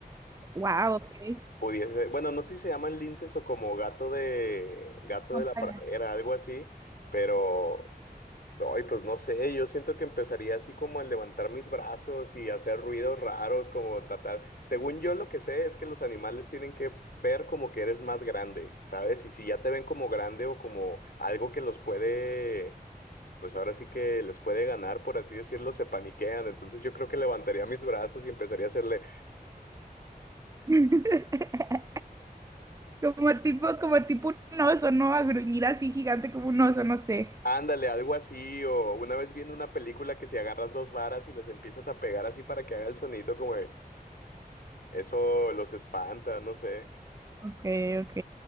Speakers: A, on the right; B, on the left.
A: Wow, ok.
B: Pudiese, bueno, no sé si se llaman linces o como gato de gato
A: Montaña.
B: de la pradera, algo así, pero ay, pues no sé, yo siento que empezaría así como a levantar mis brazos y hacer ruidos raros, como tratar, según yo lo que sé es que los animales tienen que ver como que eres más grande, ¿sabes? Y si ya te ven como grande o como algo que los puede, pues ahora sí que les puede ganar, por así decirlo, se paniquean, entonces yo creo que levantaría mis brazos y empezaría a hacerle
A: <laughs> Como tipo, como tipo un oso, ¿no? A gruñir así gigante como un oso, no sé.
B: Ándale, algo así, o una vez viendo una película que si agarras dos varas y les empiezas a pegar así para que haga el sonido como de, eso los espanta, no sé.
A: Ok, ok.